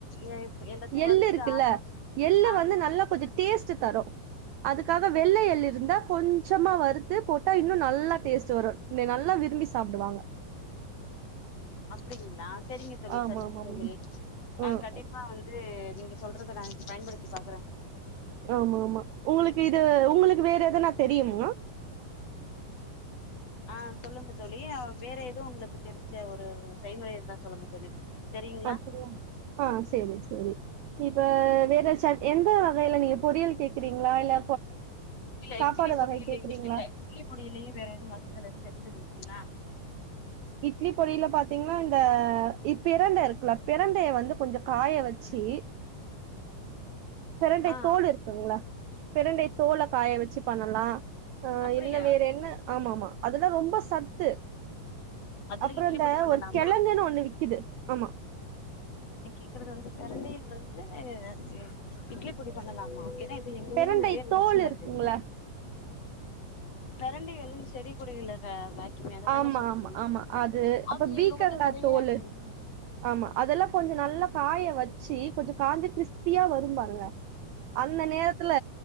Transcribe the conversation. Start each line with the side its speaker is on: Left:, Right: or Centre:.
Left: எ எல்லாத்தையு
Right: எள்ளு
Left: வறுத்துட்டு
Right: இருக்குல்ல
Left: ஆற வச்சு
Right: எள்ளு
Left: ஆ
Right: வந்து
Left: இல்ல
Right: நல்லா கொஞ்சோ டேஸ்ட் தரோ அதுக்காக
Left: சரி
Right: வெள்ள எள் இருந்தா கொஞ்சமா வருறுத்து போட்டா இன்னும் நல்லா டேஸ்ட் வரும் நல்லா விரும்பி சாப்டுவாங்க
Left: அப்படிங்ளா சரிங்க தோழி
Right: ஆமா
Left: சரிங்க
Right: ஆமா
Left: தோழி
Right: ம்
Left: ஆ
Right: ம்
Left: கண்டிப்பா வந்து நீங்க சொல்றத நா இன்னைக்கு பயன்படுத்தி பாக்குறே
Right: ஆமா ஆமா உங்களுக்கு இது உங்களுக்கு வேற எதனா தெரியுமா
Left: ஆ சொல்லுங்க தோழி அ வேற எதுவும் உங்களுக்கு தெரிய தெரிஞ்ச ஒரு செய்முறை இருந்தா சொல்லுங்க தோழி தெரியுங்களா
Right: அப்படியா ஆ சரி சரி இப்ப வேற எந்த வகையில நீங்க பொறியல் கேக்றீங்களா இல்ல
Left: இல்ல
Right: சாப்பாடு
Left: இட்லி பொடியிலேயே
Right: வகை கேக்குறீங்களா
Left: இல்ல இட்லி பொடியிலேயே வேற எதுவும் வகைகள் எதுவும் தெரிஞ்சது இருக்குங்களா
Right: இட்லி பொடில பாத்திங்னா இந்த பிரண்டை இருக்குல பிரண்டைய வந்து கொஞ்ச காய வச்சு பிரண்டை
Left: ஆ
Right: தோல் இருக்குங்ளா பிரண்டை தோல காய வச்சு பண்ணலாம் அ
Left: அப்படியா
Right: இல்ல வேற என்ன ஆமாமா அதெல்லா ரொம்ப சத்து
Left: அதுல
Right: அப்புற
Left: இட்லி
Right: இந்த
Left: பொடி பண்ணலாமா
Right: ஒரு கெழங்குன்னு ஒண்ணு விக்குது ஆமா
Left: க்கறது வந்து பெரண்டைல வந்து அதுக்கு இட்லி பொடி பண்ணலாமா ஏன்னா எங்க
Right: பிரண்டை
Left: ஊர்ல நெறைய விளைச்சல்து
Right: தோல் இருக்குங்கள
Left: பெரண்டை ஒன்னு செடி கொடிய்ல்ல தா வாக்குமே அததான
Right: ஆமா
Left: சொல்றீங்க
Right: ஆமா ஆமா அது
Left: அது
Right: அப்ப பீக்கங்கா
Left: எங்க ஊர்ல நெறையா
Right: தோல்
Left: இருக்குமே
Right: ஆமா அதெல்லா கொஞ்ச நல்லா காய வச்சு கொஞ்ச காந்தகிஸ் சுத்தியா வரும் பாருங்க அந்த நேரத்துல